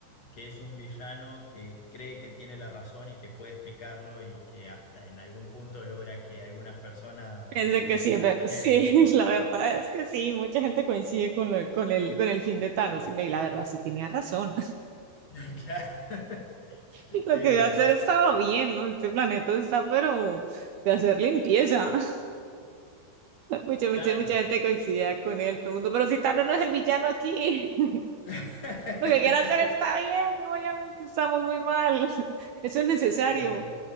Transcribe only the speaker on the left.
que es un villano que cree que tiene la razón y que puede explicarlo y que hasta en algún punto logra que algunas personas
coincidan
con
él.
<laughs> Claro. <laughs>
Eh,
claro.
<laughs>
El-